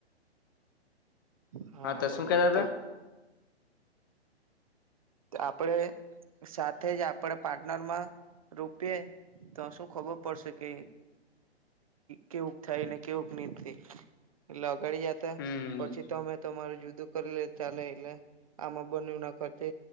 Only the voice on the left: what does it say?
તો
શું કેતા હતા
હમ